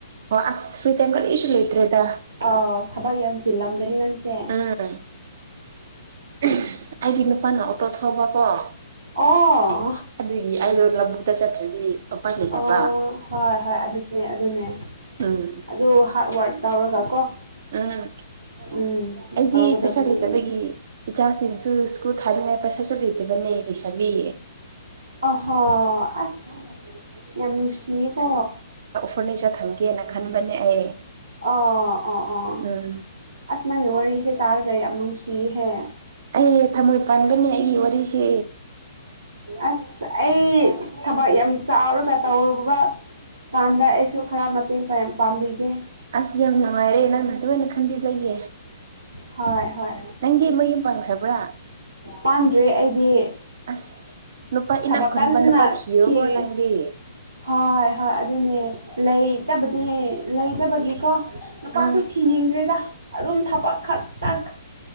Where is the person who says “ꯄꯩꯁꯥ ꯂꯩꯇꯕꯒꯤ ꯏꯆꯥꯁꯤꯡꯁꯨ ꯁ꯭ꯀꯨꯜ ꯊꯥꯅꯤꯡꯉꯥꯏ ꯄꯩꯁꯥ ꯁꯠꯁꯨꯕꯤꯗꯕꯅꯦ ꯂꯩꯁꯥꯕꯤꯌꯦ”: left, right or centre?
Right